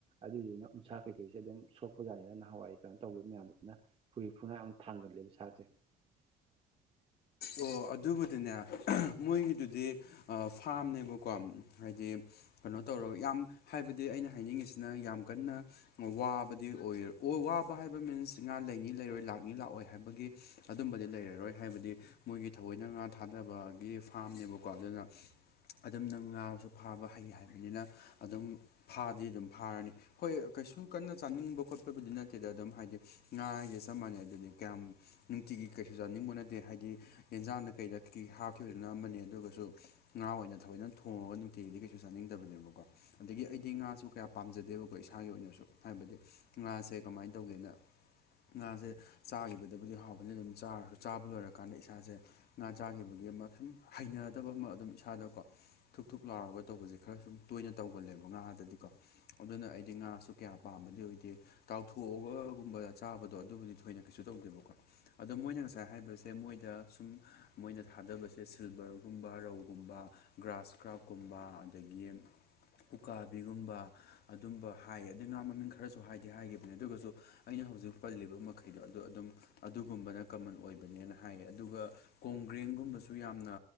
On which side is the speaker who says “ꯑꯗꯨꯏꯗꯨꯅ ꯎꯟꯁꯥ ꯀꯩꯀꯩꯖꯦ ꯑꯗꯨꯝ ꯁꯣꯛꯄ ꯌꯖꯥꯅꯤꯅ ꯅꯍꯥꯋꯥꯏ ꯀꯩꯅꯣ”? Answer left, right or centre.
Right